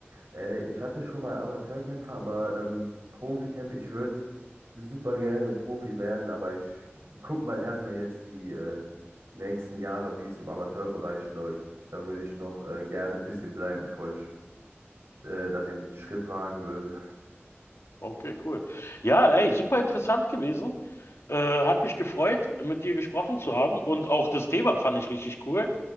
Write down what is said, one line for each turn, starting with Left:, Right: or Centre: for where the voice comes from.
Right: Äh, ich hatte schon mal Amateurkämpfer, aber ähm, Profikämpfer, ich würde super gerne Profi werden, aber ich guck mal erstmal jetzt die äh, nächsten Jahre, wie es im Amateurbereich läuft. Da würde ich noch äh, gerne ein bisschen bleiben, bevor ich äh, dann den Schritt wagen würde.
Left: Okay, cool. Ja, ey, super interessant gewesen. Äh, hat mich gefreut, mit dir gesprochen zu haben und auch das Thema fand ich richtig cool.